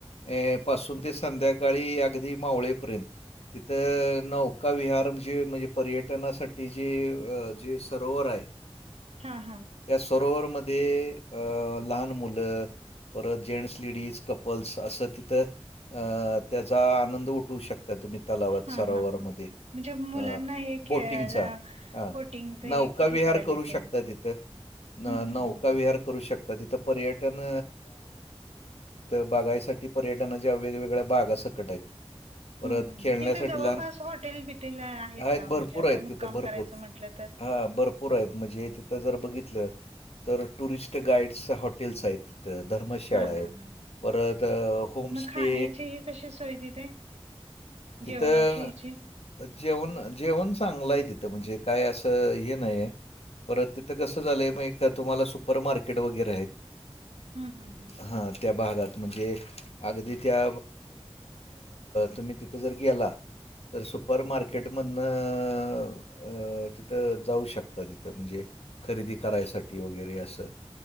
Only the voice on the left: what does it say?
अ पासून ते संध्याकाळी, अगदी मावळे पर्यंत. तर नौका विहार म्हण जे म्हणजे पर्यटनासाठी जे जे सरोवर आहे.
या सरोवरमध्ये अं लहान मुलं. परत जेंट्स लेडीज कपल्स असं तिथं आ त्याचा आनंद उठवू शकता तुम्ही तलावात
सरोवरमध्ये
अ
बोटिंगचा ह
नौका
विहार
करू
शकत तथं
नौका
विहा शकत तथ पर्यटन बागायसाठी पर्यटनाच्या वेगवेगळ्या बागा सकट आहेत. परत
खेळण्यासाठी
लहान
आहेत
भरपूर
आहेत
तिथं भरपूर.
हा भरप पुर आहेत म्हणजे तिथं जर बघितलं तर टुरिस्ट गाईडस हॉटेल्स आहेत. तर धर्मशाळा
आहेत.
परत अ, होमस्टे
तिथं
जेवण जेवण चांगलं आहे तिथं म्हणजे काय असं हे नाहीय. परत तिथं कसं झालंय मग का तुम्हाला सुपर मार्केट वगैरे आहेत.
हां त्या भागात म्हणजे अगदी त्या तुम्ही तिथ. जर गेला तर सुपर मार्केटमधन. अ तिथं जाऊ शकता तिथं, म्हणजे खरेदी करायसाठी वगैरे असं